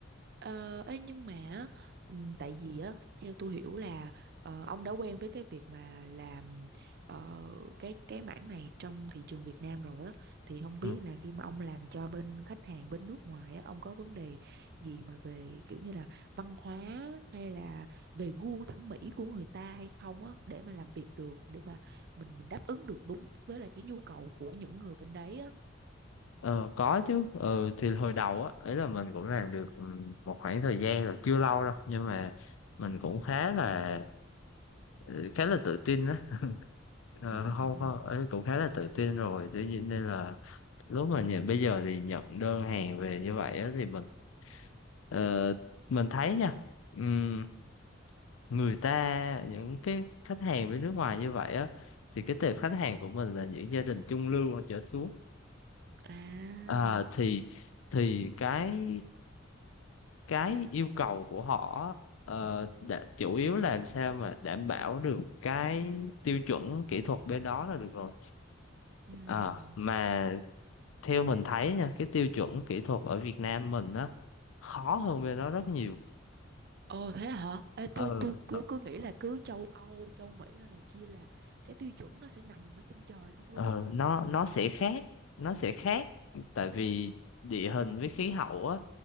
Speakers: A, on the right; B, on the left.
A: ờ, ê, nhưng mà á, ừm, tại vì á theo tôi hiểu là ờ, ông đã quen với cái việc mà làm ờ, cái cái mảng này trong thị trường Việt Nam rồi á thì không
B: Ừ.
A: biết là khi mà ông làm cho bên khách hàng bên nước ngoài á ông có vấn đề gì mà về kiểu như là văn hóa hay là về gu thẩm mỹ của người ta hay không á để mà làm việc được để mà mình mình đáp ứng được đúng với lại cái nhu cầu của những người bên đấy á.
B: Ờ, có chứ ừ, thì hồi đầu á ấy là mình cũng làm được ừm, một khoảng thời gian rồi chưa lâu đâu nhưng mà mình
A: Ừ.
B: cũng khá là ừ, khá là tự tin á ờ,
A: Ừ,
B: không
A: ừ.
B: không ấy cũng khá là tự tin rồi tự nhiên nên là lúc mà nhận bây giờ thì nhận đơn hàng về như vậy á thì mình ờ, mình thấy nha ừm, người ta những cái khách hàng bên nước ngoài như vậy á thì cái tệp
A: ừ
B: khách hàng của mình là những gia đình trung lưu hoặc trở xuống
A: À,
B: à, thì thì cái cái yêu cầu của họ ờ, đã, chủ yếu là làm sao mà đảm bảo được cái tiêu chuẩn kỹ thuật bên đó là được rồi
A: ừm.
B: Ờ, mà theo mình thấy nha cái tiêu chuẩn kỹ thuật ở Việt Nam mình á khó hơn bên đó rất nhiều
A: Ồ thế hả? Ê,
B: ờ
A: tôi tôi cứ
B: thật.
A: cứ nghĩ là cứ châu Âu, châu Mỹ rồi này kia là cái tiêu chuẩn nó sẽ nằm ở trên trời không
B: ờ,
A: luôn á.
B: nó nó sẽ khác nó sẽ khác tại vì địa hình với khí hậu á